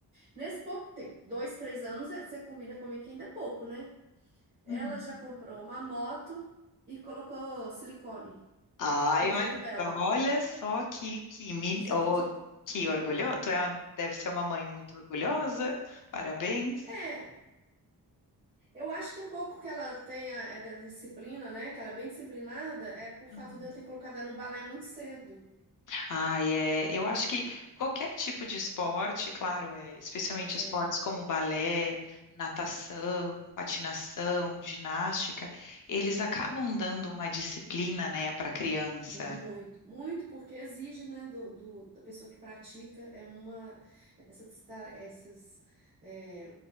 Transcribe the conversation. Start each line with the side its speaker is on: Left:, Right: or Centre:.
Right: Nesse pouco tempo, dois, três anos, é, você combina comigo que ainda é pouco, né? Ela
Left: Uhum.
Right: já comprou uma moto e colocou silicone
Left: Ai,
Right: com o dinheiro
Left: mas
Right: dela.
Left: olha só que que, men-
Right: Você
Left: oh,
Right: acredita?
Left: que orgulhoso. Tu é, uma- deve ser uma mãe muito orgulhosa. Parabéns.
Right: É, eu acho que um pouco que ela tenha é da disciplina, né? Que ela é bem disciplinada, é por fato
Left: Uhum.
Right: de eu ter colocado ela no balé muito cedo.
Left: Ai, é, eu acho que qualquer tipo de esporte, claro, é, especialmente
Right: É,
Left: esportes como balé, natação, patinação,
Right: é,
Left: ginástica, eles acabam dando uma disciplina,
Right: é.
Left: né, para a criança.
Right: É Muito, muito, porque exige, né, do, do- da pessoa que pratica, é uma, essas, ta- essas é,